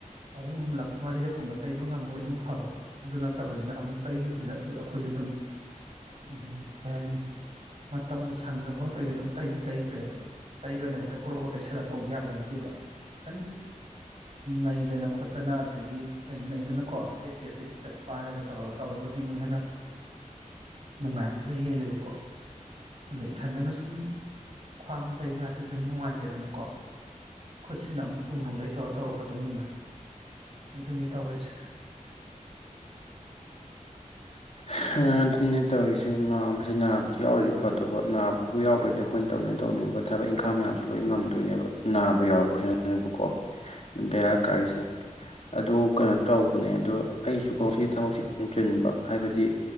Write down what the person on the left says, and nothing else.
ꯍꯥ ꯑꯗꯨꯅꯤꯅꯦ ꯇꯧꯔꯤꯁꯦ ꯅꯥꯕꯁꯤ ꯅꯥꯕꯁꯤ ꯌꯥꯎꯔꯗꯤ ꯐꯗ‌ꯣꯕ ꯅꯥꯕꯕꯨ ꯌꯥꯎꯗ꯭ꯔꯗꯤ ꯑꯩꯈꯣꯏꯅ ꯇꯧꯅꯤꯡꯅ ꯇꯧꯅꯤꯡꯕ ꯊꯕꯛ ꯏꯪꯈꯥꯡ ꯃꯌꯥꯝꯁꯨ ꯂꯣꯏ ꯉꯝꯗꯣꯏꯅꯦꯕ ꯅꯥꯕ ꯌꯥꯎꯔꯛꯄꯁꯤꯅꯦꯕꯀꯣ ꯑꯗꯨꯝ ꯕꯦꯔꯥ ꯀꯥꯔꯤꯁꯦ ꯫ ꯑꯗꯨ ꯀꯩꯅꯣ ꯇꯧꯕꯅꯦ ꯑꯗꯣ ꯑꯩꯁꯨ ꯀꯣ ꯉꯁꯤ ꯊꯕꯛꯁꯦ ꯌꯝ ꯆꯤꯟꯕ ꯍꯥꯏꯕꯗꯤ